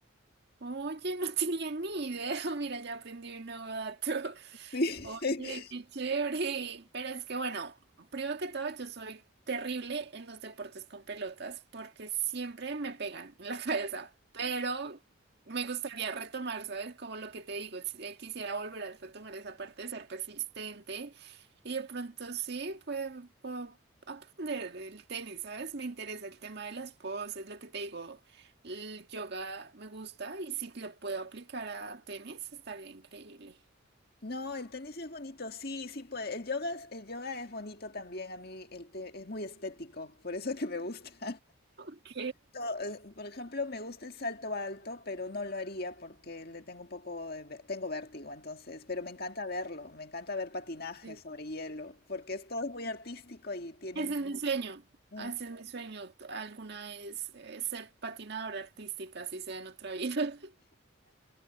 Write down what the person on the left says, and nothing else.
Sí.
<laughs>
No, el tenis es bonito, sí, sí puede. El yoga, es- el yoga es bonito también, a mí el te- es muy estético, por eso que me gusta.
salto, eh, por ejemplo, me gusta el salto alto, pero no lo haría porque le tengo un poco de, ve- tengo vértigo, entonces, pero me encanta verlo, me encanta ver patinaje
sobre hielo, porque es todo es muy artístico y tienen
mucho.
Mm,